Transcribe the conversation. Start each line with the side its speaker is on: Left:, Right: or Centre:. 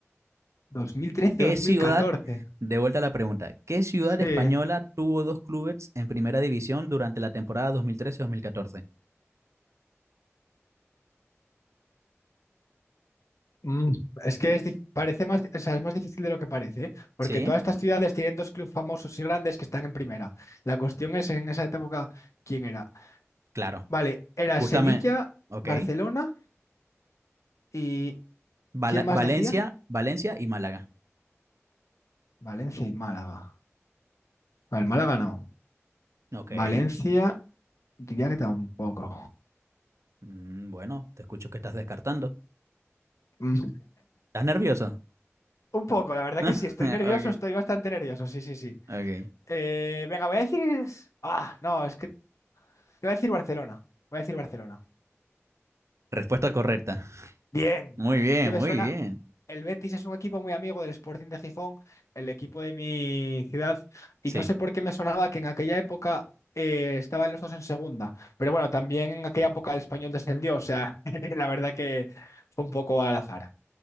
Left: dos mil
Right: ¿Qué
Left: 2014
Right: ciudad, de vuelta a la pregunta, ¿qué ciudad
Left: Sí.
Right: española tuvo dos clubes en primera división durante la temporada dos dos mil trece mil catorce?
Left: Mm, Es que es dif- parece más, o sea, es más difícil de lo que parece, ¿eh? porque
Right: Sí,
Left: todas estas ciudades tienen dos clubes famosos y grandes que están en primera. La cuestión es en esa época, ¿quién era?
Right: claro.
Left: Vale, era
Right: Justamente,
Left: Sevilla,
Right: ok.
Left: Barcelona y
Right: Val-
Left: ¿quién más
Right: Valencia,
Left: decía?
Right: Valencia y Málaga.
Left: Valencia y Málaga. Vale, Málaga no.
Right: Ok.
Left: Valencia, diría que tampoco.
Right: Mm, bueno, te escucho que estás descartando.
Left: Mm,
Right: ¿Estás nervioso?
Left: Un poco, la verdad
Right: <laughs>
Left: que sí, estoy nervioso,
Right: Ok,
Left: estoy bastante nervioso, sí, sí, sí.
Right: ok.
Left: Eh, venga, voy a decir... Ah, no, es que te voy a decir Barcelona, voy a decir Barcelona.
Right: Respuesta correcta.
Left: Bien,
Right: Muy bien,
Left: es que me
Right: muy
Left: suena,
Right: bien.
Left: el Betis es un equipo muy amigo del Sporting de Gijón, el equipo de mi ciudad, y
Right: Sí.
Left: no sé por qué me sonaba que en aquella época eh, estaban los dos en segunda, pero bueno, también en aquella época el Español descendió, o sea, <laughs> la verdad que fue un poco al azar.